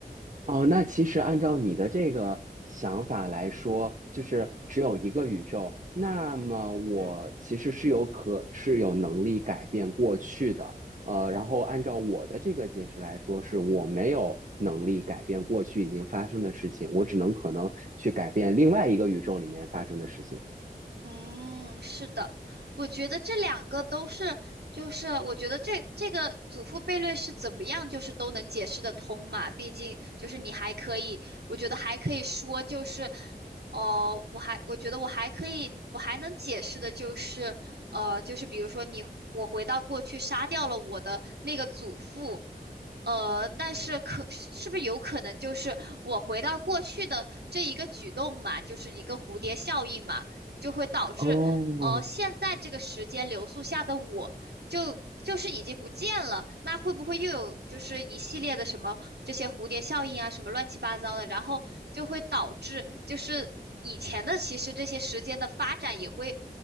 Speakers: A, on the right; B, on the right.
A: 哦，那其实按照你的这个想法来说，就是只有一个宇宙，那么我其实是有可是有能力改变过去的。
B: 嗯。
A: 呃，然后按照我的这个解释来说，是我没有能力改变过去已经发生的事情，我只能可能去改变另外一个宇宙里面发生的事情。
B: 嗯，是的，我觉得这两个都是，就是我觉得这这个祖父悖论是怎么样，就是都能解释得通嘛。毕竟就是你还可以，我觉得还可以说就是，哦，我还我觉得我还可以，我还能解释的就是，呃，就是比如说你我回到过去杀掉了我的那个祖父，呃，但是可是不是有可能就是我回到过去的这一个举动嘛，就是一个蝴蝶效应嘛。就会导致，
A: 哦
B: 哦，现在这个时间流速下的我就就是已经不见了，那会不会又有就是一系列的什么这些蝴蝶效应啊，什么乱七八糟的，然后就会导致就是以前的其实这些时间的发展也会